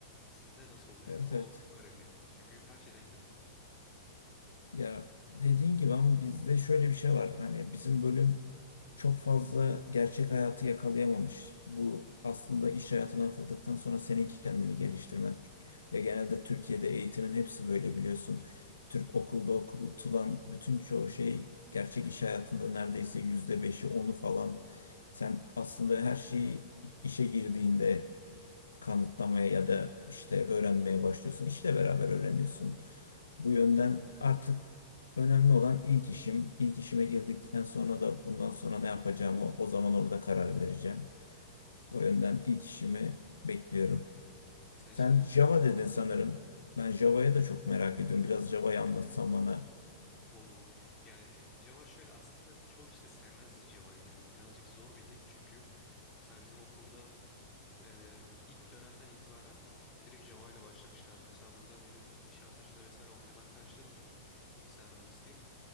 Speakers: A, on the left; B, on the left.
A: Sizde nasıl oluyor
B: Evet
A: yani? O
B: evet.
A: garibime gitti. Çünkü her şeyden görün.
B: Ya dediğin gibi ama bizde şöyle bir şey var. Hani bizim bölüm çok fazla gerçek hayatı yakalayamamış. Bu aslında iş hayatına atıldıktan sonra senin kendini geliştirmen. Ve genelde Türkiye'de eğitimin hepsi böyle biliyorsun. Türk okulda okutulan bütün çoğu şey gerçek iş hayatında neredeyse yüzde beşi onu falan.
A: Hı hı.
B: Sen aslında her şeyi işe girdiğinde kanıtlamaya ya da işte öğrenmeye başlıyorsun. İşle beraber öğreniyorsun. Bu yönden artık önemli olan ilk işim. İlk işime girdikten sonra da bundan sonra ne yapacağımı o zaman orada karar vereceğim. O yönden ilk işimi bekliyorum.
A: E sen
B: Sen
A: şimdi
B: Java dedin sanırım. Ben Java'ya da çok merak ediyorum. Biraz Java'yı anlatsan bana.
A: olur. Yani Java şöyle aslında çok işte sevmez Java'yı yani birazcık zor bir dil çünkü. Mesela bizim okulda Ee, ilk dönemden itibaren direkt Java ile başlamışlardı. Mesela burada benim Nişantaşı'nda vesaire okuyan arkadaşlarım var bilgisayar mühendisliği.